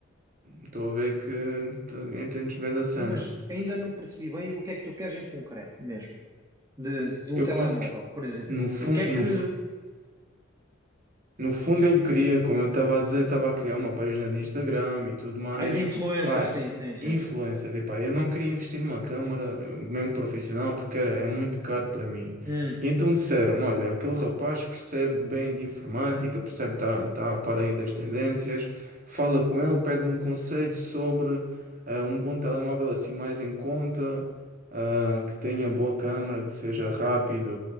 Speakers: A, on the right; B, on the right.
A: estou a ver que tu entendes bem da cena.
B: mas ainda não percebi bem o que é que tu queres em concreto mesmo, de, de um
A: Eu,
B: telemóvel,
A: eu que-
B: por exemplo.
A: no fundo,
B: O que é que,
A: no, No fundo,
B: sim,
A: eu queria,
B: diz,
A: como eu estava a dizer, estava a criar uma página de Instagram e tudo mais.
B: ai, de influencer,
A: Pá,
B: sim, sim, sim.
A: influencer, e pá, eu não queria investir numa câmara, eh, mesmo profissional, porque era, é muito caro para mim.
B: Hum,
A: E então disseram-me: olha, aquele rapaz percebe bem de informática, percebe, está tá tá a par aí das tendências, fala com ele, pede-lhe um conselho sobre eh, um bom telemóvel assim mais em conta. ah, que tenha boa câmara, que seja rápido